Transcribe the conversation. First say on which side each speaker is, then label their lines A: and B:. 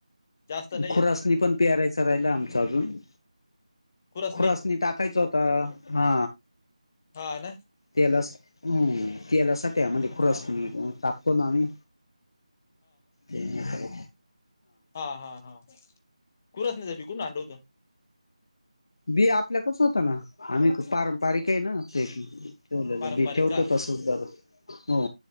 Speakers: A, on the left; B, on the left.
A: जास्त नाही
B: खुरासनी
A: येत
B: पण, पेरायच राहिलं आमचं अजून.
A: खुरच
B: खुरासनी
A: नाही
B: टाकायचं होता हा
A: हा ना
B: तेलास हूं तेलासाठी आमाले खुरासणी
A: हा
B: टाकतो ना आम्ही. ते नी हाय
A: हाहा खुरासणीच बी कुठून आणलं होतं
B: बी आपल्याकच होतं ना आम्ही पारंपरिक हे ना, ते ठेवलेलं
A: पारंपरिक
B: बी ठेवतं
A: का
B: तसंच दर हो